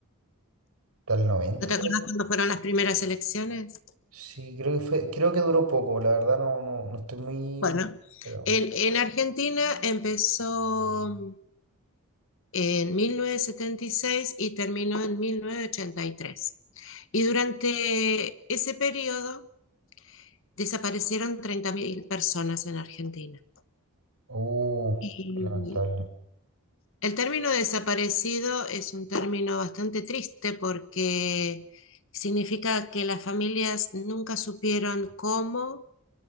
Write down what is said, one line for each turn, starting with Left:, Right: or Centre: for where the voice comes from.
Right: Hasta el 90,
Left: ¿No te
Right: pues.
Left: acuerdas cuándo fueron las primeras elecciones?
Right: Sí, creo que fue, creo que duró poco, la verdad no, no, no estoy muy...
Left: Bueno,
Right: pero vamos.
Left: en, en Argentina empezó en mil novecientos setenta y seis y terminó en mil novecientos ochenta Y tres. Y durante ese periodo desaparecieron 30.000 personas en Argentina.
Right: Uh,
Left: Y
Right: qué lamentable.
Left: el término desaparecido es un término bastante triste porque significa que las familias nunca supieron cómo